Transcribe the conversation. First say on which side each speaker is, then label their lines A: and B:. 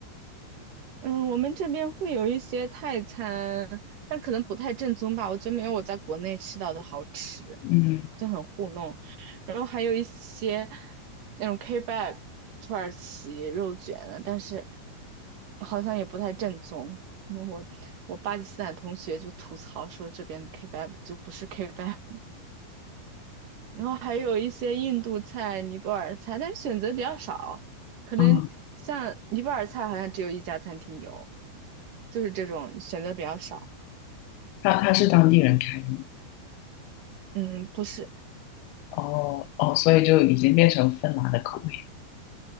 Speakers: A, on the right; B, on the left.
A: 嗯，我们这边会有一些泰餐，但可能不太正宗吧。我觉得没有我在国内吃到的好吃，
B: 嗯，
A: 就很糊弄。然后还有一些那种 kebab 土耳其肉卷啊，但是好像也不太正宗。那我我巴基斯坦同学就吐槽说，这边 kebab 就不是 kebab。然后还有一些印度菜、尼泊尔菜，但是选择比较少。可能像尼泊尔菜好像只有一家餐厅有，
B: 啊。
A: 就是这种选择比较少。
B: 他他是当地人开的吗？
A: 嗯，不是
B: 哦哦，所以就已经变成芬兰的口味